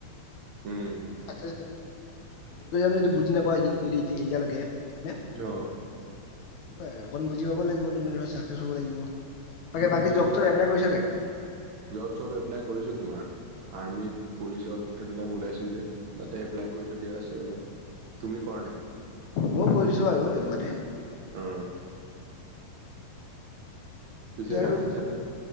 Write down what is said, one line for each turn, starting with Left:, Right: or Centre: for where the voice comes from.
Right: উম।
Left: চকচেছ কেনেকে বনম যদি সেইতোকে বুজি নাপাই যদি এতিয়ালৈকে। হয়নে
Right: অ
Left: এনেকুৱাই আৰু অকণ বুজি পাব লাগিব তুমি ধৰা চাকচছ হব লাগিব। বাকী বাকী
Right: সেইটোও
Left: জব চব
Right: হয়
Left: এপ্লাই কৰিছা নাই?
Right: জব চব এপ্লাই কৰিছো তোমাৰ। আৰ্মিত পুলিচত এইবিলাক ওলাইছিল যে তাতে এপ্লাই কৰি থৈ দিয়া আছে অলপ। তুমি কোৱা নাই
Left: ময়ো কৰি দিছো বাৰু এনেকুৱাতে
Right: অ।
Left: বাকী
Right: পিছে
Left: আৰু
Right: ৰানিং চানিং